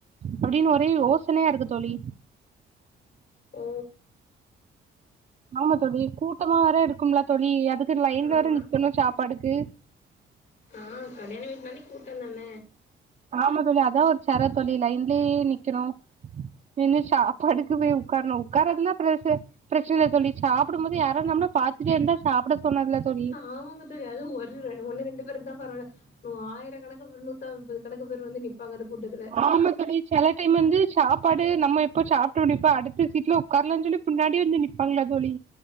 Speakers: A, on the right (about 40°); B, on the left (about 65°).
A: அப்டின்னு ஒரே ஓசனையா இருக்கு தோழி
B: ஓ
A: ஆமா தோழி கூட்டமா வேற இருக்கும்ல தோழி அதுக்கு லைன்ல
B: ஆமா
A: வேற நிக்கணு சாப்பாட்டுக்கு
B: ஆ கல்யாண வீடுனாலே கூட்டோதான
A: ஆமா தோழி, அதா ஒரு சர தோழி லைன்லயே நிக்கணு நின்னு சாப்பாட்டுக்கு போய் உக்காரனு உக்கார்றதுலா பிரச்ச சன இல்ல தோழி சாப்புடும்போது யாரா நம்மள பாத்துட்டே இருந்தா சாப்ட தோனாதுல்ல தோழி
B: ஆமாங்க அது ஒரு ஒன்னு ரெண்டு பேரு இருந்தா பரவால்ல ஒ ஆயிரக்கணக்கு ஒரு நூத்தம்பது கணக்கு பேர் வந்து நிப்பாங்க அந்த கூட்டத்துல
A: ஆமா தோழி சில டைம் வந்து சாப்பாடு நம்ம எப்போ சாப்ட்டு முடிப்போ அடுத்த சீட்ல உட்காரலானு சொல்லி முன்னாடி வந்து நிப்பாங்களா தோழி